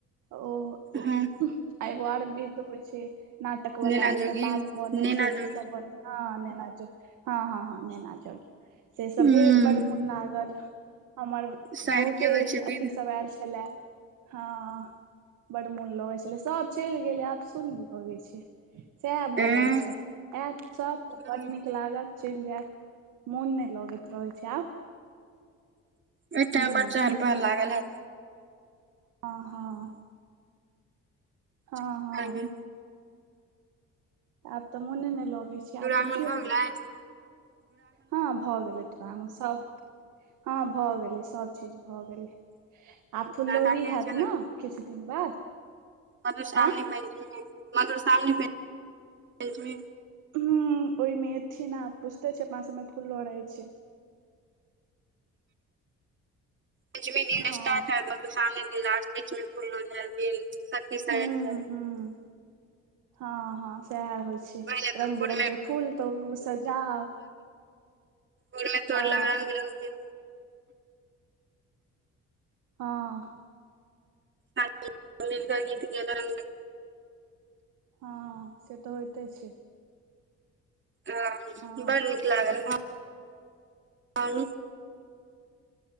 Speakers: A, on the right (about 90°); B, on the right (about 40°).
A: ओ
B: हँ
A: आ एगो आर बिध होय छै नाटक
B: नेना
A: बला जइमे
B: जोगिन
A: बाप बनै
B: नेना
A: छै अथी
B: जोगिन
A: सब बनै हँ नैना जोगिन हँ हँ हँ नेैना जोगिन। से सब
B: हूं
A: भेल बड्ड मोन लागल। हमर बहुते
B: साइर के होइ छै
A: अथी
B: विध
A: सब आएल छलेए। हँह बड्ड मोन लगै छलय सब चैल गेलै आब सुन्न लगै छै। सेएहे भऽ
B: एं
A: जाय छै आएत सब
B: हूं
A: तऽ बड नीक लागत चैल जायत मोन नै लगैत रहै छै आब।
B: ओइ टाइम
A: ह
B: बड चहलपहल लागल हेएत।
A: आ हँअ। हँ
B: की
A: हँअ।
B: करबै
A: आब तऽ मोने नै लगै छै। आब
B: दुरागमन
A: देखियौ
B: भऽ गेलइ?
A: हँ भऽ गेलइ। सब हँ भऽ गेलै सभ चीज भऽ गेलैह। आब फुललोढ़ी
B: लड़का केहन
A: हेएत
B: छलै
A: ने किछ दिन बाद।
B: मधुश्रावणी
A: आँ
B: पंचमी- मधुश्रावणी पंचमी
A: हुँ ओहि मे एथिन आ बुझिते छियै अपना सब मे फूल लोड़हय छैय।
B: पंचमी दिन
A: हँ
B: स्टार्ट हेएत मधुश्रावणी दिन लास्ट बीच मे फुललोरहय गेल। सखी सायन
A: हुँ
B: सब
A: हुँ हॅं हॅं सेएहे होइ छैय।
B: पहिले तऽ
A: रंग
B: भोर
A: बिरङ्ग
B: मे
A: के फूल तोरू सजाउ।
B: भोरमे
A: हँ
B: तोड़लक रंग बिरंग
A: हॅंह।
B: <unintelligible> गीत गेलनि।
A: हॅंह से तऽ होइते छैय।
B: हॅं
A: हँ
B: बड़ नीक लागल हॅं।